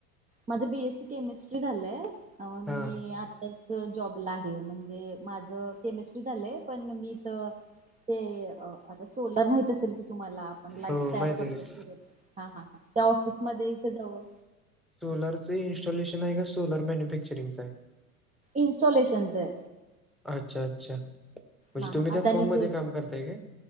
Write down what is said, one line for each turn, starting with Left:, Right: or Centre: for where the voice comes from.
Right: माझं बीएससी केमिस्ट्री झालंय. अं मी
Centre: हा
Right: आता जॉबला आहे म्हणजे माझं केमिस्ट्री झालंय, पण मी त ते आता सोलार माहितच तुम्हाला आपण लाइट
Centre: हो
Right: तयार
Centre: माहिती
Right: करतो
Centre: आहे की.
Right: किरण त्या ऑफिस मध्ये इथ जवळ
Centre: सोलरचं इन्स्टॉलेशन आहे का? सोलर मॅन्युफॅक्चरिंगचं आहे.
Right: इन्स्टॉलेशनसच.
Centre: अच्छा! अच्छा! म्हणजे
Right: हा हा
Centre: तुम्ही त्या
Right: अदानीचे
Centre: फर्म मध्ये काम करताय काय?